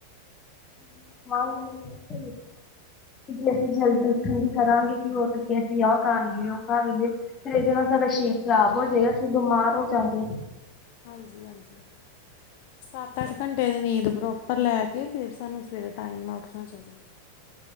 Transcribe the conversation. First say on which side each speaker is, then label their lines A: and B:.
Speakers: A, on the left (about 25°); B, on the left (about 45°).
A: <inaudible> ਕਿ ਜੇ ਅਸੀਂ ਜਲਦੀ ਉਥਣ ਨ ਕਰਾਂਗੇ ਕਿ ਹੋ ਸਕੱਕ ਅਸੀਂ ਆ ਕਰ ਲਈਏ ਉਹ ਕਰ ਲਈਏ। ਫਿਰ ਇਹਦੇ ਨਾਲ ਸਾਡਾ ਸਰੀਰ ਖ਼ਰਾਬ ਹੋ ਜਾਏਗਾ ਅਸੀਂ ਬਿਮਾਰ ਹੋ ਜਾਂਗੇ।
B: ਹਾਂਜੀ- ਹਾਂਜੀ ਸੱਤ -ਅੱਠ ਘੰਟੇ ਦੀ ਨੀਂਦ ਪ੍ਰੋਪਰ ਲੈ ਕੇ ਫਿਰ ਸਾਨੂੰ ਸਵੇਰੇ ਟਾਈਮ ਨਾਲ ਉੱਠਣਾ ਚਾਹੀਦਾ।